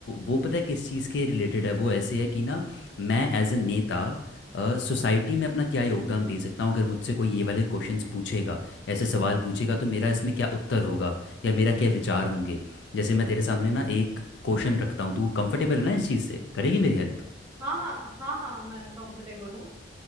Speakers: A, on the left; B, on the right.
A: वो पता है किस चीज़ के रिलेटेड है वो ऐसे है कि ना मैं एज ए नेता सोसाइटी में अपना क्या योगदान दे सकता हूँ अगर मुझसे कोई ये वाले क्वेश्चंस पूछेगा ऐसे सवाल पूछेगा तो मेरा इसमें क्या उत्तर होगा या मेरा क्या विचार होंगे जैसे मैं तेरे सामने ना एक क्वेश्चन रखता हूँ तू कंफर्टेबल है ना इस चीज़ से करेगी मेरी हेल्प
B: हाँ हाँ हाँ हाँ मैं कंफर्टेबल हूँ